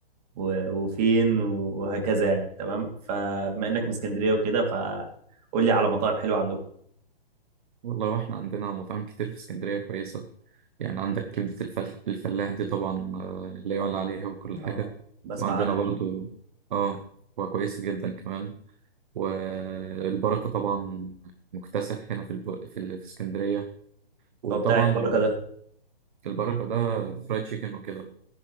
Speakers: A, on the right (about 40°); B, on the right (about 55°).
A: و- وفين وهكذا يعني تمام فبما انك من اسكندريه وكده فقول لي على مطاعم حلوه عندكم
B: والله واحنا عندنا مطاعم كتير في اسكندرية كويسة يعني عندك كبدة الفلاح الفلاح دي طبعا آه، لا يعلى عليها وكل حاجة
A: اه بسمع
B: وعندنا
A: عنها
B: جميل
A: دي
B: برضو اه وكويسة جدا كمان والبركة طبعا مكتسح هنا في الب... في, ال... في اسكندرية وطبعا
A: هو بتاع البركه ده
B: البركة ده فرايد تشيكن وكده